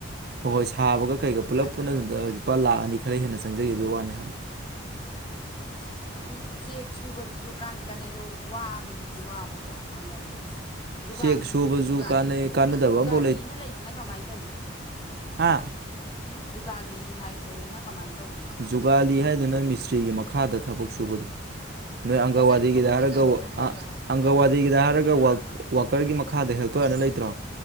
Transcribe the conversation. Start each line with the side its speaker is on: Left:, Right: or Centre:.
Right: ꯍꯣꯏ ꯍꯣꯏ ꯁꯥꯕꯒ ꯀꯩꯒ ꯄꯨꯜꯂꯞ
Left: ꯑꯗꯨ
Right: ꯄꯨꯟꯅꯗꯨꯗ ꯂꯨꯄꯥ ꯂꯥꯛ ꯑꯅꯤ ꯈꯔ ꯍꯦꯟꯅ ꯆꯪꯖꯒꯤꯕꯩ ꯋꯥꯅꯤ ꯍꯥꯏꯕ
Left: ꯑꯣ ꯑꯣ ꯑꯗꯨ ꯆꯦꯛ ꯁꯨꯕꯖꯤꯖꯨ ꯀꯥꯟꯗꯤ ꯀꯥꯟꯅꯩ ꯑꯗꯣ ꯋꯥꯕꯗꯤꯗꯤ ꯋꯥꯕꯀꯣ ꯄꯥꯡꯒꯜꯖꯦ ꯖꯨꯒꯥꯂꯤ
Right: ꯆꯦꯛ ꯁꯨꯕꯁꯨ
Left: ꯖꯨꯒꯥꯂꯤ
Right: ꯀꯥꯟꯅꯩ ꯀꯥꯟꯅꯗꯕ
Left: ꯖꯨꯒꯥꯂꯤꯑꯅ
Right: ꯑꯝꯐꯥꯎ
Left: ꯂꯩꯖꯤꯅ ꯀꯃꯥꯏꯅ ꯇꯧꯏꯅꯣ
Right: ꯍꯥꯥ
Left: ꯖꯨꯒꯥꯥꯂꯤ ꯍꯥꯏꯕꯖꯤꯅ ꯀꯃꯥꯏꯟ ꯇꯧꯕꯅꯣ
Right: ꯖꯨꯒꯥꯂꯤ ꯍꯥꯏꯗꯨꯅ ꯃꯤꯁꯇ꯭ꯔꯤꯒꯤ ꯃꯈꯥꯗ ꯊꯕꯛ ꯁꯨꯕꯗꯨ ꯅꯣꯏ ꯑꯪꯒꯜꯋꯥꯗꯤꯒꯤꯗ
Left: ꯄꯣꯠ ꯆꯩ ꯍꯣꯟꯗꯣꯛ ꯍꯣꯟꯖꯤꯟ
Right: ꯍꯥꯏꯔꯒ
Left: ꯇꯧꯔꯤꯁꯤꯅ
Right: <unintelligible>
Left: ꯃꯣꯏꯔꯕ
Right: ꯑꯪꯒꯜꯋꯥꯗꯤꯒꯤꯗ ꯍꯥꯏꯔꯒ ꯋꯥꯛ ꯋꯥꯀꯔꯒꯤ ꯃꯈꯥꯗ ꯍꯦꯜꯄꯔ ꯑꯅ ꯂꯩꯇ꯭ꯔꯣ